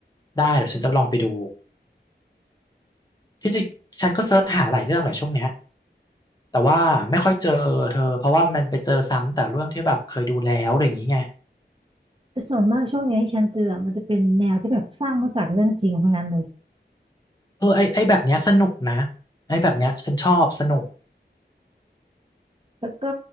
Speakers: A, on the left; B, on the right.
A: ได้เดี๋ยวฉันจะลองไปดู ที่จริงฉันก็เซิร์ชหาหลายเรื่องแหละช่วงเนี้ยแต่ว่าไม่ค่อยเจอเธอเพราะว่ามันไปเจอซ้ำแต่เรื่องที่แบบเคยดูแล้วอะไรอย่างงี้ไง
B: แต่ส่วนมากช่วงนี้ที่ฉันเจออะมันจะเป็นแนวที่แบบสร้างมาจากเรื่องจริงทั้งนั้นเลย
A: เออไอไอแบบเนี้ยสนุกนะไอแบบเนี้ยฉันชอบสนุก
B: แล้วก็